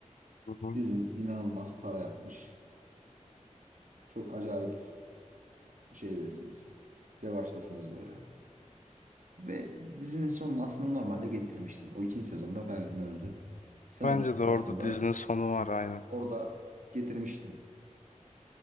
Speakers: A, on the left; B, on the right.
A: Hı hı.
B: Dizin inanılmaz para yapmış. Çok acayip şeydesiniz. Revaçtasınız böyle. Ve dizinin sonunu aslında normalde getirmiştin. O ikinci sezonda Berlin öldü. Sen
A: Bence
B: os-
A: de
B: aslında
A: orada dizinin sonu var aynen.
B: orada getirmiştin.